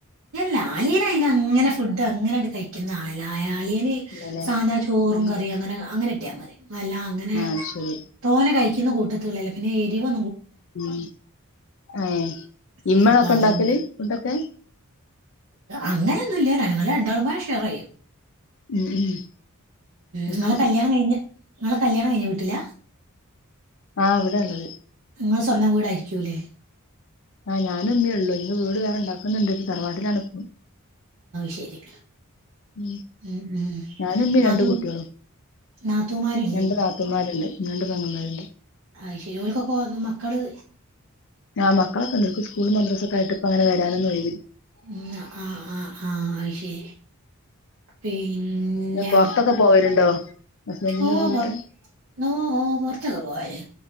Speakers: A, on the right (about 65°); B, on the left (about 60°).
A: ലാളിയന അയിന് അങ്ങനെ ഫുഡ് അങ്ങനെട്ട് കഴിക്കുന്ന ആള ലാളിയന്
B: ഇല്ലല്ലേ
A: സാന്താ ചോറ്
B: ഉം
A: കറി അങ്ങനെ അങ്ങനെ ഇട്ടിയാ മതി അല്ല അങ്ങനെ
B: ആ ശരി
A: തോനെ കഴിക്കുന്ന കൂട്ടത്തുള്ളല്ല പിന്നെ എരിവോ
B: ഉം ആഹ
A: ഉം,
B: ഇമ്മണൊക്കെ
A: അപ്പൊ അതുകൊണ്ട്
B: ഇണ്ടാക്കല് ഇന്തൊക്കെ
A: അങ്ങനെയൊന്നുമല്ല നിങ്ങ രണ്ടാളം പോരെ ഷെയർ ചെയ്യും
B: ഉം ഉം അത്
A: നിങ്ങളെ
B: ശരി
A: കല്യാണം കഴിഞ്ഞ് നിങ്ങളെ കല്യാണം കഴിഞ്ഞു വീട്ടിലാ
B: ആഹ ഇവിടെള്ളത്
A: നിങ്ങൾ സ്വന്തം വീടായിരിക്കൂല്ലേ
B: ആ്ഞാന ഒന്നേ ഉള്ളൂ നിങ്ങ വീട് വേറെണ്ടാക്കുന്നുണ്ട് ഇത് തറവാട്ടിലാണ് ഇപ്പം
A: ശരി
B: ഉ
A: ഉം, ഉം.
B: ഞാനും ഇമ്മീ
A: നാത്തൂ
B: രണ്ട കുട്ടികളും
A: നാത്തൂമാരില്ലേ
B: രണ്ട് താത്തൂമാരുണ്ട് രണ്ട് പങ്ങന്മാരുണ്ട്
A: ആ ശോലക്കൊ മക്കള്
B: ആ മക്കളെക്കെണ്ട് സ്കൂൾ മദ്രസ്സൊക്കെയിട്ടപ്പ അങ്ങന വരാനൊന്നും ഒഴിവില്ല
A: ഉ ആ ആ ആ ആയി പിന്നെ
B: പൊറത്തൊക്കെ പോവലുണ്ടോ ഹസ്ബൻഡിന്റെ
A: ഓ
B: കൂടെ
A: പൊർ ഓ പൊർത്തക്കെ പോയാലേ